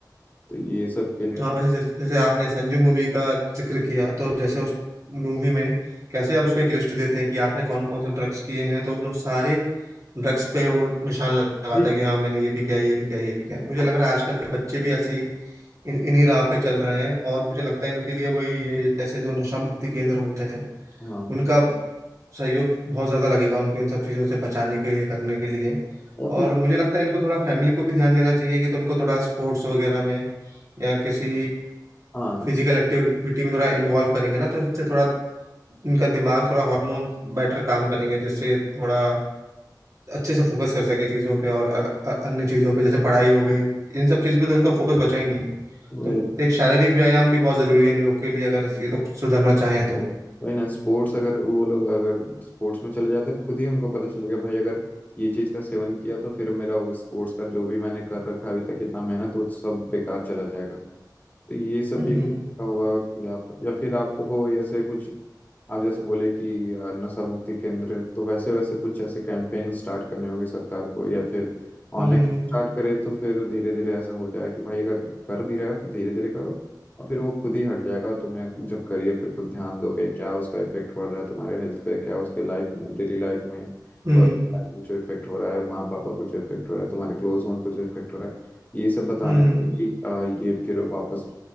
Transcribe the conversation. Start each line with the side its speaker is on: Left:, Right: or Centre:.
Left: तो ये सब के लिए तो
Right: हाँ वैसे जैसे जैसे आपने संजू मूवी का जिक्र किया तो जैसे उस मूवी में कैसे आप उसको एक लिस्ट देते हैं कि आपने कौन कौन से ड्रग्स किए हैं तो उन्होंने सारे ड्रग्स पे वो निशान लगाता
Left: फिर
Right: है कि हाँ मैंने ये भी किया ये भी किया ये भी किया मुझे
Left: अच्छा,
Right: लग रहा है आजकल के बच्चे भी ऐसे ही इन, इन्हीं राह पे चल रहे हैं और मुझे लगता है इनके लिए वही ये ऐसे जो नशा मुक्ति केंद्र होते हैं
Left: हाँ
Right: उनका सहयोग बहुत ज्यादा लगेगा उनको इन सब चीजों से बचाने के लिए करने के लिए
Left: और फिर
Right: और मुझे लगता है इनको थोड़ा फैमिली को भी ध्यान देना चाहिए कि तो उनको थोड़ा स्पोर्ट्स वगैरह में या किसी
Left: हाँ
Right: फिजिकल
Left: इस-
Right: एक्टिविटी में थोड़ा इन्वॉल्व करेंगे ना तो इससे थोड़ा उनका दिमाग थोड़ा हार्मोन बेटर काम करेंगे जिससे थोड़ा अच्छे से फोकस कर सके चीज़ों पे और अ- अ- अन्य चीज़ों पे जैसे पढ़ाई हो गई इन सब चीज़ों पे तो उनका फोकस बचा ही नहीं है
Left: वही
Right: तो एक शारीरिक व्यायाम भी बहुत ज़रूरी है इन लोग के लिए अगर ये लोग सुधरना चाहें तो
Left: वही ना स्पोर्ट्स अगर वो लोग अगर स्पोर्ट्स में चले जाते खुद ही उनको पता चलेगा भाई अगर ये चीज़ का सेवन किया तो फिर मेरा वो स्पोर्ट्स का जो भी मैंने कर रखा है अभी तक इतना मेहनत वो सब बेकार चला जाएगा तो ये सब
Right: हम्म
Left: भी
Right: हम्म
Left: होगा या या फिर आपको ऐसे कुछ आप जैसे बोले कि अ, नशा मुक्ति केंद्र तो वैसे वैसे कुछ ऐसे कैंपेन स्टार्ट करने होंगे सरकार को या फिर ऑनलाइन
Right: हम्म
Left: स्टार्ट करे तो फिर धीरे धीरे ऐसा हो जाए कि भाई अगर कर भी रहे हो तो धीरे धीरे करो और फिर वो खुद ही हट जाएगा और तुम्हें जब करियर पे खुद ध्यान दोगे क्या उसका इफेक्ट पड़ रहा है तुम्हारे हेल्थ पे क्या उसके लाइफ में डेली लाइफ में
Right: हम्म
Left: पर्सनल लाइफ में जो इफेक्ट हो रहा है माँ पापा को जो इफेक्ट हो रहा है तुम्हारे क्लोज वन को जो इफेक्ट हो रहा है ये सब बताने
Right: हम्म
Left: से भी, अ, ये फिर वापस